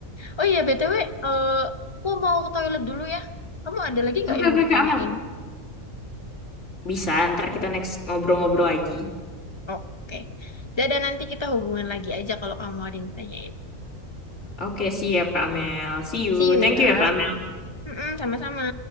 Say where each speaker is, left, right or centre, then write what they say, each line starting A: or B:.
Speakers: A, on the left (about 25°); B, on the left (about 60°).
A: Oh iya, BTW, eh aku mau ke toilet dulu ya. Kamu ada lagi nggak
B: Oke,
A: yang
B: oke
A: mau ditanyain?
B: Kak Amel. Bisa, ntar kita next ngobrol-ngobrol lagi.
A: Oke. Dadah, nanti kita hubungan lagi aja kalau kamu ada yang ditanyain.
B: Oke, siap Kak Mel. See you.
A: See you
B: Thank
A: ya.
B: you ya Kak Mel.
A: Mm-mm, sama-sama.